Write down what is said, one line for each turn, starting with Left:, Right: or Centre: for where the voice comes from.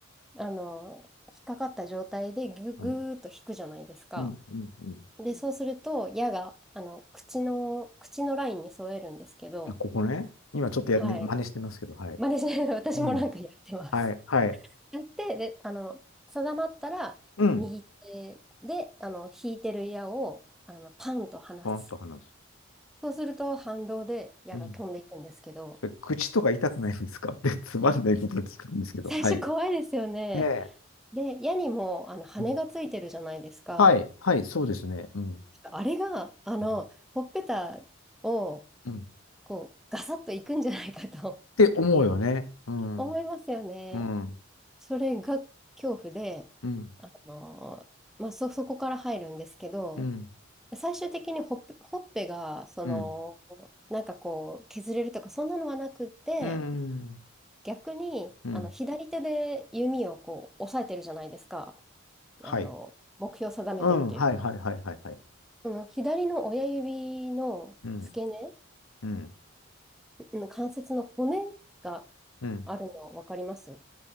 Centre: あの、引っかかった状態でぐ、ぐーっと引くじゃないですか。
Left: うん、うん、うん。うん
Centre: で、そうすると矢が、あの、口の、口のラインに揃えるんですけど、
Left: あここね。今ちょっとや、
Centre: はい。
Left: ね、真似してますけど、はい。
Centre: 真似しないの <laughs> 私もなんかやってます。
Left: うん。はい、はい。
Centre: やって、で、あの、定まったら、
Left: うん。
Centre: 右手で、あの、引いてる矢を、あの、パンと離す。
Left: ポンと話す。
Centre: そうすると、反動で矢が飛んでいくんですけど、
Left: うん。それ口とか痛くないんですかって <laughs> つまんないことを聞くんですけど、
Centre: 最初怖いですよね。
Left: はい。ねえ。
Centre: で、矢にも、あの、羽がついてるじゃないですか。
Left: うん。はい、はい、そうですね。うん。
Centre: あれが、あの、
Left: うん。
Centre: ほっぺたを、
Left: うん
Centre: こう、ガサッといくんじゃないかと
Left: って思うよね。
Centre: <laughs>
Left: うん。
Centre: 思いますよね。
Left: うん。
Centre: それが恐怖で、
Left: うん。
Centre: あの、まあ、そ、そこから入るんですけど、
Left: うん。
Centre: 最終的にほっぺ、ほっぺが、そ
Left: うん。
Centre: の、なんかこう、削れるとか、そんなのはなくって、
Left: うん。
Centre: 逆に、
Left: うん。
Centre: あの、左手で弓をこう、押さえてるじゃないですか。
Left: はい。
Centre: あの、目標を定めてるというか。
Left: うん。はい、はい、はい、はい、はい。
Centre: その左の親指の付け根、
Left: うん。うん。
Centre: うん関節の骨が
Left: うん。
Centre: あるの分かります